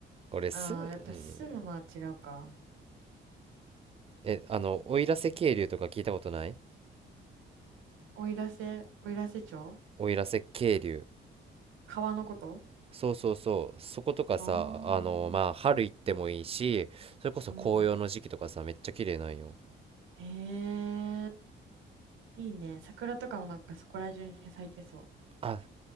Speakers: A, on the right; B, on the right.
A: 俺すうん
B: ああ、やっぱ住むのは違うか。
A: えあの奥入瀬渓流とか聞いたことない
B: おいらせ、おいらせ町
A: 奥入瀬渓流
B: 川のこと
A: そうそうそう。そことかさ、
B: ああ
A: あの、まあ、春行ってもいいし、それこそ紅葉の時期とかさ、
B: うん。
A: めっちゃ綺麗なんよ。
B: へえ、いいね。桜とかもなんかそこら中に咲いてそ
A: あ、